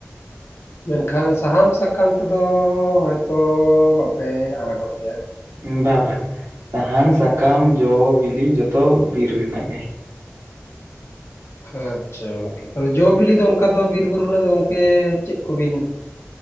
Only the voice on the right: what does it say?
<unintelligible>
ᱵᱟ ᱵᱟ ᱥᱟᱦᱟᱱ ᱥᱟᱠᱟᱢ ᱡᱚ ᱵᱤᱞᱤ ᱡᱚᱛᱚ ᱵᱤᱨ ᱨᱮᱱᱟᱜ ᱜᱮ᱾ <unintelligible>